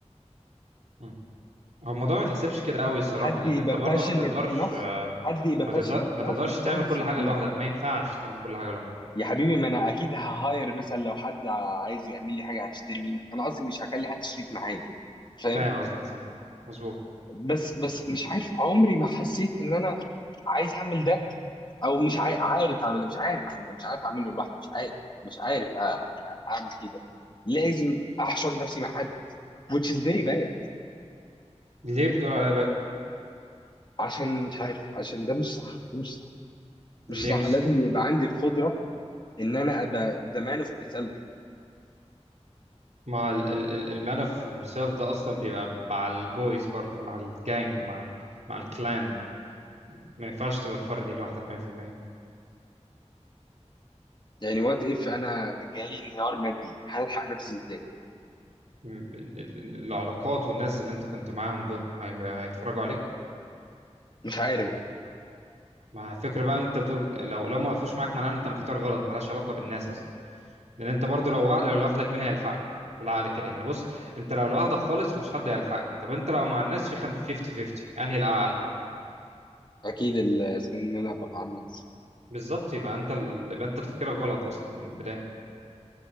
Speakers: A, on the right (about 80°); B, on the left (about 40°).
A: مم. هو الموضوع ما يتحسبش كده قوي الصراحه
B: حد
A: لان
B: يبقى
A: انت برضو
B: باشنت
A: ما تقدرش
B: انف حد يبقى
A: ما
B: باشنت
A: تقدر ما
B: انف
A: تقدرش
B: ان
A: تعمل
B: هو يشدني
A: كل حاجه لوحدك ما ينفعش تعمل كل حاجه لوحدك
B: يا حبيبي ما انا اكيد ههاير مثلا لو حد عايز يعمل لي حاجه هشتري مني انا قصدي مش هخلي حد شريك معايا فاهم
A: فاهم قصدك صح مظبوط
B: بس بس مش عارف عمري ما حسيت ان انا عايز اعمل ده او مش عا- عارف اعمل ده مش عارف اعمل ده مش عارف اعمله لوحدي مش عارف مش عارف أ- أ- اعمل كده لازم احشر نفسي مع حد which is very bad
A: ليه بتقول عليها بقى
B: عشان مش عارف عشان ده مش صح ده مش صح مش
A: ليه
B: صح
A: مش
B: لازم
A: صح
B: يبقى عندي القدره ان انا ابقى the man of myself
A: ما ال- ال- ال- المان اوف هيمسيلف ده اصلا بيبقى مع البويز برضو مع الجانج مع ال- مع الكلان ما ينفعش تبقى فردي لوحدك 100%
B: يعني وات اف انا جالي انهيار مادي هلحق نفسي ازاي
A: م- ال- ال- العلاقات والناس اللي انت كنت معاهم دول هيم- هيتفرجوا عليك
B: مش عارف بقى
A: ما الفكره بقى ان انت بتقول لو لو ما وقفوش معاك معناه ان انت مختار غلط ملهاش علاقه بالناس اصلا لان انت برضو لو وا- لو لوحدك مين هيلحقك بالعقل كده يعني بص انت لو لوحدك خالص مفيش حد هيلحقك طب انت لو مع الناس في خم- 50 50 انهي الاعلى
B: اكيد ال- اسمه إيه ان انا ابقى مع الناس
A: بالظبط يبقى انت ال... يبقى انت تفكيرك غلط اصلا من البدايه